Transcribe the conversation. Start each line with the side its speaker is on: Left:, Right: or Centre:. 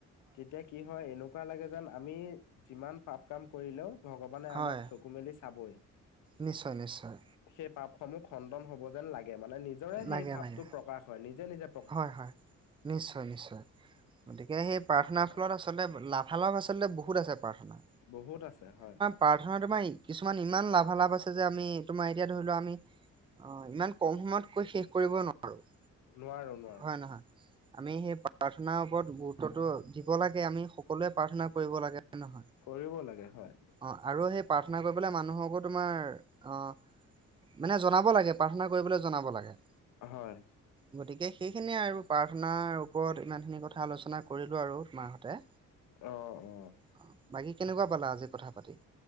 Left: তেতিয়া কি হয়? এনেকুৱা লাগে যেন, আমি যিমান পাপ কাম কৰিলেও ভগৱানে
Right: হয়
Left: আমাক চকু মেলি চাবই।
Right: নিশ্চয় নিশ্চয়।
Left: সেই পাপসমূহ খণ্ডন হব যেন লাগে, মানে নিজৰে
Right: লাগে
Left: সেই ভাপটো
Right: লাগে
Left: প্ৰকাশ হয়, নিজে নিজে
Right: হয় হয়, নিশ্চয় নিশ্চয়, গতিকে সেই প্ৰাৰ্থনাৰ
Left: হয়
Right: ফলত আচ আচলতে, লাভালাভ আচলতে বহুত আছে প্ৰাৰ্থনাৰ।
Left: বহুত আছে, হয়।
Right: প্ৰাৰ্থনাৰ তোমাৰ কিছুমান ইমান লাভালাভ আছে যে, আমি তোমাৰ এতিয়া ধৰি লোৱা আমি, অ', ইমান কম সময়ত কৰি শেষ কৰিব <unintelligible>
Left: নোৱাৰোঁ।
Right: হয় নে নহয়? আমি সেই প্ৰাৰ্থনাৰ ওপৰত গুৰুত্বটো দিব লাগে, আমি সকলোৱেই প্ৰাৰ্থনা কৰিব লাগে নহয়
Left: কৰিবও লাগে হয়।
Right: অ' আৰু সেই প্ৰাৰ্থনা কৰিবলৈ মানুহকো তোমাৰ অ', মানে জনাব লাগে। প্ৰাৰ্থনা কৰিবলৈ জনাব লাগে।
Left: হয়।
Right: গতিকে সেইখিনিয়েই আৰু, প্ৰাৰ্থনাৰ ওপৰত ইমানখিনি কথা আলোচনা কৰিলো আৰু তোমাৰসৈতে।
Left: অ', অ'।
Right: অ', বাকী কেনেকুৱা পালা আজি কথা পাতি?